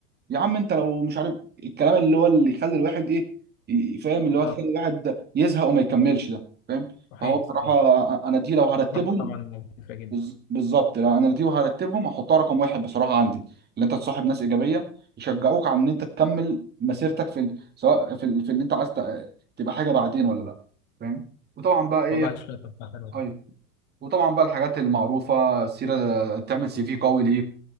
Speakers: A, on the right; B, on the left.
A: يا عم انت لو مش عارف الكلام اللي هو اللي يخلي الواحد ايه ي- فاهم اللي هو
B: اه
A: تخلي الواحد يزهق وما يكملش ده فاهم
B: صحيح
A: فهو بصراحة
B: صحيح
A: انا دي لو هرتبهم
B: الصحبه طبعا مفيده جدا
A: بز- بالظبط لا انا دي وهرتبهم هحطها رقم واحد بصراحه عندي اللي انت تصاحب ناس ايجابيه يشجعوك على ان انت تكمل مسيرتك في ال... سواء في, ال... في اللي انت عايز ت- تبقى حاجه بعدين ولا لا فاهم وطبعا بقى ايه
B: والله شوية أفكار حلوة
A: ايوه وطبعا بقى الحاجات المعروفه سيره تعمل سي في قوي ليك